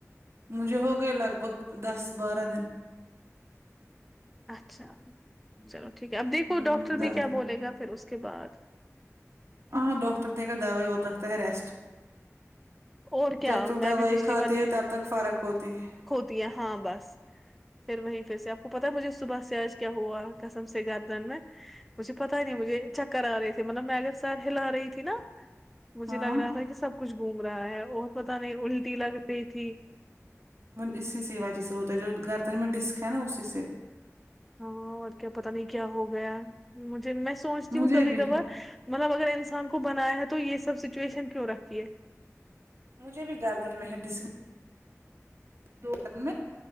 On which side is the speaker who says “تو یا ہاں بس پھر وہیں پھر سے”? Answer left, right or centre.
Centre